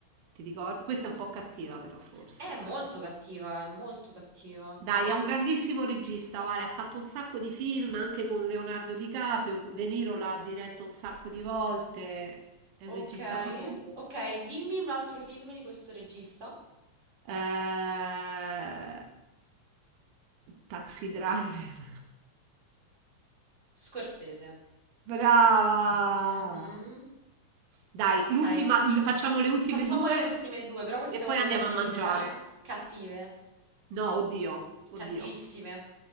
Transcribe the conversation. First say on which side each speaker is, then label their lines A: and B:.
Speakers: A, on the right (about 65°); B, on the right (about 20°).
A: Ti ricordi? Questa è un po' cattiva, però, forse.
B: È
A: eh.
B: molto cattiva, è molto cattiva.
A: Dai, è un grandissimo regista, Vale. Ha fatto un sacco di film anche con Leonardo DiCaprio. De Niro l'ha diretto un sacco di volte. È un
B: Okay,
A: regista famoso.
B: okay, dimmi un altro film di questo regista.
A: Eh, Taxi Driver.
B: Scorsese.
A: <laughs> Brava!
B: Mhm.
A: Dai,
B: Ok,
A: l'ultima, l- facciamo le ultime
B: facciamo
A: due
B: le ultime due, però queste
A: e
B: le
A: poi
B: voglio
A: andiamo
B: cattive,
A: a mangiare.
B: eh? Cattive,
A: No, oddio, oddio,
B: cattivissime.